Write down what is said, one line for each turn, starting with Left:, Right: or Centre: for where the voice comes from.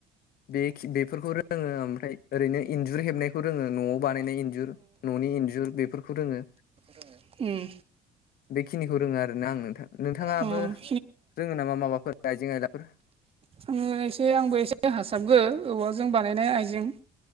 Left: बे बेफोरखौ रोंङो ओमफ्राय ओरैनो इन्जुर हेबनायखौ रोंङो न'आव बानायनाय इन्जुर। न'नि इन्जुर बेफोरखौ रोंङो।
Right: रोङो
Left: बेखिनिखौ रोङो आरोना आं नोंथां नोंथांङाबो
Right: नोंथाङाबो
Left: रोंङो नामा माबाफोर आइजें आइलाफोर?
Right: आंङो एसे आंबो एसे हासाबगो औवाजों बानायनाय आइजें